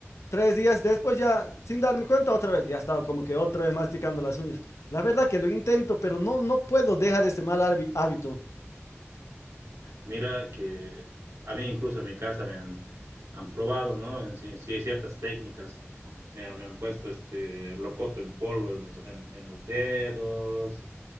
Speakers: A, on the left; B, on the right.
A: Tres días después ya, sin darme cuenta, otra vez, ya estaba como que otra vez masticando las uñas. La verdad que lo intento, pero no, no puedo dejar este mal hábi- hábito.
B: Mira que a mí incluso en mi casa me han, han probado, ¿no? En, sí, sí hay ciertas técnicas. Me, han- me han puesto este locoto en polvo en los, en- en los dedos.